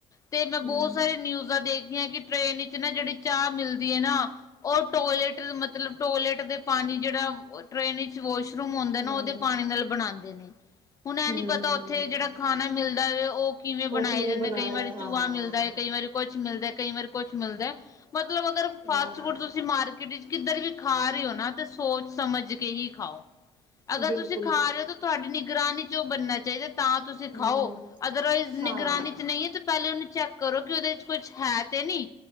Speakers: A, on the left; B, on the right.
A: ਤੇ ਮੈਂ ਬਹੁਤ
B: ਹਮ
A: ਸਾਰੇ ਨਿਊਜਾਂ ਦੇਖ ਖੀਆ, ਕਿ ਟ੍ਰੇਨ ਵਿੱਚ ਨਾ ਜਿਹੜੀ ਚਾਹ ਮਿਲਦੀ ਏ ਨਾ, ਉਹ ਟੋਇਲੇਟ ਮਤਲਬ ਟੋਇਲੇਟ ਦੇ ਪਾਣੀ ਜਿਹੜਾ ਟ੍ਰੇਨ ਵਿੱਚ ਵਾਸ਼ਰੂਮ ਹੁੰਦਾ
B: ਹਮ
A: ਨਾ ਉਹਦੇ ਪਾਣੀ ਨਾਲ ਬਣਾਉਂਦੇ ਨੇ ਹੁਣ ਇਹ
B: ਹਮ
A: ਨੀ ਪਤਾ ਉੱਥੇ ਜਿਹੜਾ ਖਾਣਾ ਮਿਲਦਾ ਉਹ ਕਿਵੇਂ
B: ਉਹ
A: ਬਣਾਏ ਜਾਂਦੇ
B: ਬਣਾਇਆ
A: ਕਈ ਵਾਰੀ
B: ਹਾਂ
A: ਚੂਹਾ ਮਿਲਦਾ ਹੈ ਕਈ ਵਾਰੀ ਕੁਛ ਮਿਲਦਾ ਕਈ ਵਾਰ ਕੁਛ ਮਿਲਦਾ ਮਤਲਬ ਅਗਰ
B: ਹਾਂ
A: ਫਾਸਟ ਫੂਡ ਤੁਸੀਂ ਮਾਰਕੀਟ ਵਿੱਚ ਕਿੱਧਰ ਵੀ ਖਾ ਰਹੇ ਹੋ ਨਾ ਤੇ ਸੋਚ ਸਮਝ ਕੇ ਹੀ ਖਾਓ। ਅਗਰ
B: ਬਿਲਕੁਲ
A: ਤੁਸੀਂ ਖਾ ਰਹੇ ਹੋ ਤਾਂ ਤੁਹਾਡੀ ਨਿਗਰਾਨੀ ਚ ਉਹ ਬਣਨਾ ਚਾਹੀਦਾ ਤਾਂ ਤੁਸੀ ਤੇ ਖਾਓ
B: ਹਮ
A: ਅਦਰਵਾਇਜ਼
B: ਹਾਂ
A: ਨਿਗਰਾਨੀ ' ਨਹੀਂ ਹੈ ਤੇ ਪਹਿਲੇ ਉਹਨੂੰ ਚੈੱਕ ਕਰੋ ਕਿ ਉਹਦੇ ' ਕੁਛ ਹੈ ਤੇ ਨੀ